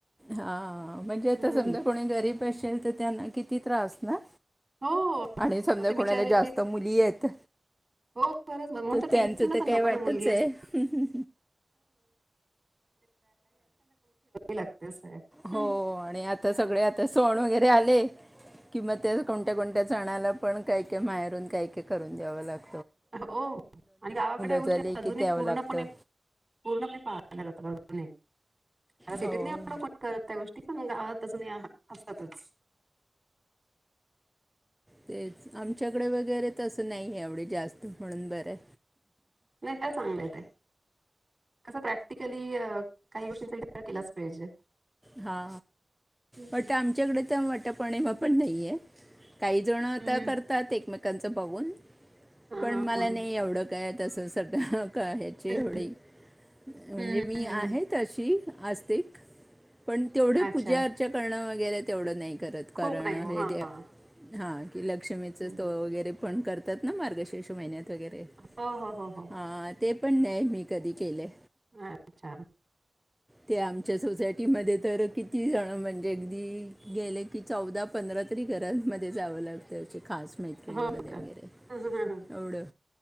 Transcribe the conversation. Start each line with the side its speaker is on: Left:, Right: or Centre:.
Centre: हा म्हणजे आता
Right: हम्म.
Centre: समजा कोणी गरीब असेल तर त्यांना किती त्रास ना
Right: हो
Centre: आणि समजा
Right: मग ते
Centre: कुणाला
Right: बिचारे
Centre: जास्त मुली आहेत
Right: हो बरच ब म्ह तर
Centre: त्यांचं
Right: टेन्शनच ना
Centre: काय
Right: लोकांना
Centre: वाटच
Right: मुलगी
Centre: आहे
Right: अस लागते असं आहे
Centre: हो
Right: हम्म.
Centre: आणि आता सगळे आता सण वगैरे आले किवा त्या कोणत्या कोणत्या जणाला पण काही काय माहेरून काही काय करून द्यावं लागत
Right: हो आणि गावाकडे या गोष्टी
Centre: झाली
Right: अजूनही
Centre: की द्यावं
Right: पूर्णपणे
Centre: लागतं
Right: पूर्णपणे पाल्या सिटीत
Centre: हो
Right: नाहीढण करत त्या गोष्टी त पण गावातच नाही असतच
Centre: तेचं आमच्याकडे वगैरे तसं नाही एवढ जास्तं म्हणून बरं आहे.
Right: नाही खरं चांगलं आहे ते. कसं प्रॅक्टिकली काही गोष्टींचा विचार केलाच पाहिजे
Centre: हा
Right: हम्म.
Centre: बट आमच्याकडे तर मट पणिमा पणं नाहीं आहे. कांहीं जण आता
Right: हम्म.
Centre: करतात एकमेकांचं बघून
Right: हां,
Centre: पणं
Right: हां,
Centre: मला
Right: हां.
Centre: नाही एवढं काय तसं संध्या कारायची
Right: हम्म,
Centre: एवढी म्हणजे
Right: हम्म,
Centre: मी
Right: हम्म.
Centre: आहे तशी आसस्तीक पण तेवढं
Right: अच्छा.
Centre: पूजा अर्चा करणं वगैरे तेवढं नाही करत हे
Right: खूप
Centre: कारण
Right: नाही बुवा
Centre: हे द्य
Right: हां.
Centre: हा की लक्ष्मीच
Right: हं.
Centre: वगैरे पण करतात ना मार्गशीर्ष टीशू महिन्यांत वगैरे
Right: हो, हो, हो, हो.
Centre: हा ते पणं नाहीं मी कधी केलें
Right: अच्छा.
Centre: ते आमच्या सोसायटी मध्ये तर किती जणं म्हणजे अगदी गेले की चौदा पंधरा तरी घरांमध्ये जावं लागतं असं खास मैत्रिणींमध्ये
Right: हो का?
Centre: वगैरे
Right: हं, हं, हं, हं.
Centre: एवढं